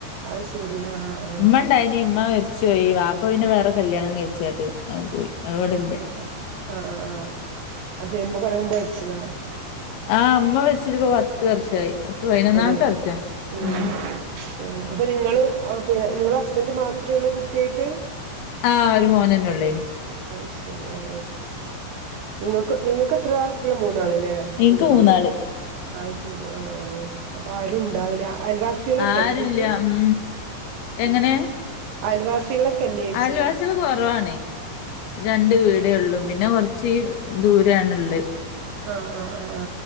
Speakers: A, on the right (about 70°); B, on the left (about 75°).
A: അത് ശെരി ആഹ് ആഹ്
B: ഉമ്മ ഉണ്ടായിനി ഉമ്മ മരിച്ചു പോയി വാപ്പ അപ്പൊ പിന്നെ വേറെ കല്യാണം കഴിച്ചായിട്ട് പോയി അത് ഇവിടില്ല
A: ആ ആ ആ ആ അത് ചേരുമ്പോ <unintelligible>
B: ആഹ് ഇമ്മ മരിച്ചിരുന്നു ആ പത്ത് വർഷമായി പതിനൊന്നാമത്തെ
A: അതെെ ഉം
B: വർഷാ ഉം
A: ആ അപ്പൊ നിങ്ങൾ നിങ്ങള ഹസ് സ്ബന്റ് മാത്രേ ഒള്ളു കുട്ടിയായിട്ട്
B: ആ ഒരു മോനന്നെന് ഉള്ളേ നി
A: അയ്ശെരി ആ നിങ്ങക്ക് നിങ്ങൾക്ക് എത്ര ആൾ കുട്ടികള മൂന്നാള് അതെ
B: എനിക്ക്
A: മൂന്നാളൊ
B: മൂന്നാള്
A: ആ ശെരി ആ ആ അപ്പൊ ആരും ഉണ്ടാവുല അയൽവാസികളൊക്കെല്ലേ
B: ആരുല്ല
A: നിങ്ങക്ക്
B: ഉം എങ്ങനെ
A: ഉം അയൽവാ വാസികളൊക്കെല്ലേച്ചോയ്ചാ
B: അയൽവാസികള് കുറവാണ് രണ്ട് വീടേ ഉള്ളൂ പിന്നെ കൊറച്ച് ദൂരേണ്ള്ളേ
A: ആ ആ ആ ആ